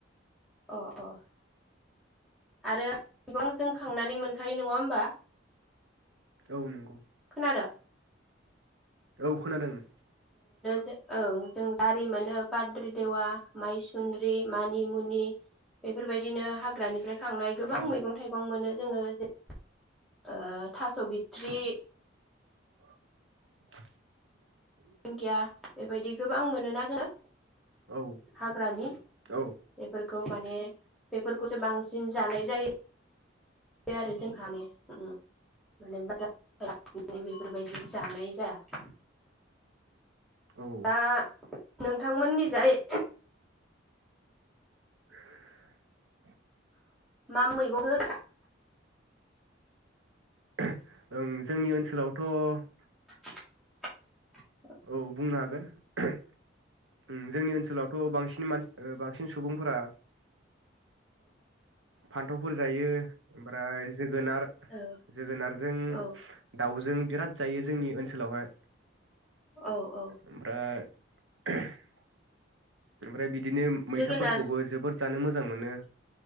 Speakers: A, in the centre; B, on the right.
A: अ अ। आरो मेगं जों खांनानै मोनखायो नङा होमबा?
B: औ नोंगौ।
A: खोनादो?
B: औ खोनादों।
A: औं जों दारि मोनो, पाद्रि देवा, माइसुन्द्रि, मानिमुनि, बेफोरबायदिनो हाग्रानिफ्राय खांनाय गोबां
B: औ
A: मैगं थाइगं मोनो। जोङो जे ओ थास' बिथ्रि
B: <inaudible>
A: दिंखिया बेबायदि गोबां मोनोना जों।
B: औ
A: हाग्रानि बेफोरखौ
B: औ
A: माने बेफोरखौसो बांसिन जानाय जायो। बिदि आरो जोंहानि ओम माने बाजार <unintelligible> बेफोरबायदि जानाय जाया।
B: ओं
A: दा नोंथांमोननिजाय
B: <inaudible>
A: मा मैगंफोर
B: <inaudible> ओं जोंनि ओनसोलावथ'
A: <inaudible>
B: औ बुंनो हागोन। <inaudible> ओम जोंनि ओनसोलावथ' बांसिन मानसि ओ बांसिन सुबुंफोरा फान्थावफोर जायो। ओमफ्राय जोगोनार
A: औ
B: जोगोनारजों
A: औ
B: दाउजों बिराद जायो जोंनि ओनसोलावहाय
A: औ औ
B: ओमफ्राय <unintelligible> ओमफ्राय बि दिनो मैथाफोरखौबो
A: जोगोनार
B: जोबोर जानो मोजां मोनो।